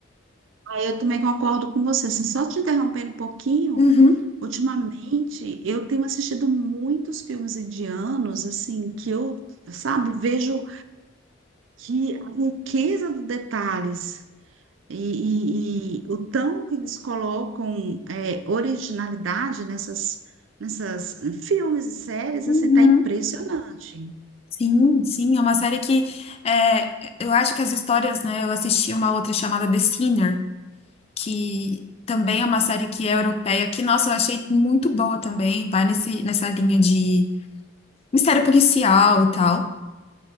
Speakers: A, on the right; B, on the left.
A: aí eu também concordo com você. Assim, só te interrompendo um pouquinho,
B: Uhum,
A: ultimamente eu tenho assistido muitos filmes indianos, assim, que eu, sabe, vejo que a riqueza dos detalhes E, e- e o tão que eles colocam é, originalidade nessas, nessas filmes e séries,
B: uhum.
A: assim, tá impressionante.
B: Sim, sim, é uma série que é, eu acho que as histórias, né? Eu assisti uma outra chamada The Sinner, que também é uma série que é europeia, que, nossa, eu achei muito boa também, vai nesse, nessa linha de mistério policial e tal.